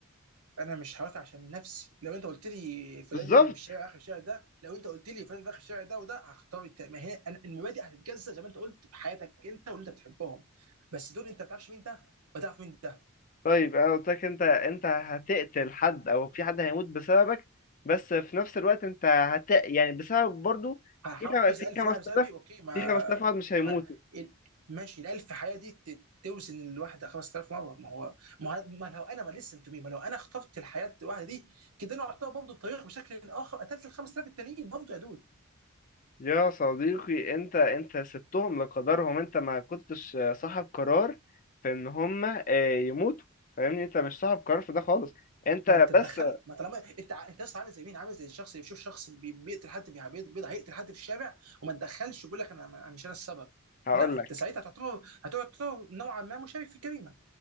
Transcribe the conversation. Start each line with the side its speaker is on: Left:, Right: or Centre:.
Right: انا مش هوافق عشان نفسي لو انت قلت لي فلان
Left: بالظبط
Right: اللي في الشارع اخر الشارع ده لو انت قلت لي فلان اللي في اخر الشارع ده وده هختار الت- ما هي أنا- المبادئ هتتجزأ زي ما انت قلت في حياتك انت واللي انت بتحبهم بس دول انت ما بتعرفش مين ده ما تعرف مين ده
Left: طيب انا قلت لك انت انت هتقتل حد او في حد هيموت بسببك بس في نفس الوقت انت هت يعني بسببك برضو
Right: هنقذ
Left: في خم... في
Right: 1000
Left: 5000
Right: واحد بسببي اوكي ما
Left: في 5000 واحد مش هيموتوا
Right: ح... ال- ماشي ال 1000 حياه دي ت- توزن الواحد 5000 مره ما هو ما هو ما لو انا ما لسه مي ما لو انا خطفت الحياه الواحده دي كده انا اعتبر برضه بطريقه بشكل اخر قتلت ال 5000 التانيين برضه يا دود
Left: يا صديقي انت انت سبتهم لقدرهم انت ما كنتش صاحب قرار في ان هم آه، يموتوا فاهمني انت مش صاحب قرار في ده خالص انت
Right: ما انت اتدخلت
Left: بس
Right: ما طالما انت ع- انت لسه عامل زي مين عامل زي الشخص اللي بيشوف شخص بي- بيقتل حد في بي- بيض- هيقتل حد في الشارع وما تدخلش ويقول لك انا أنا مش انا السبب
Left: هقول
Right: لا انت
Left: لك
Right: ساعتها هتعتبر هتعتبر نوعا ما مشارك في الجريمه